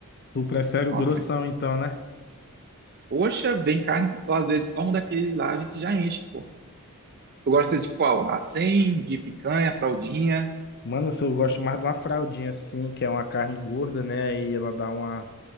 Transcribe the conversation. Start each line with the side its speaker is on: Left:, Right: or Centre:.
Left: Tu prefere o
Right: Nossa,
Left: grossão, então, né?
Right: poxa, vem carne que só, às vezes só um daquele lá a gente já enche, pô. Tu gosta de qual? A 100, de picanha, fraldinha?
Left: Mano, eu gosto mais de uma fraldinha assim, que é uma carne gorda, né? Aí ela dá uma,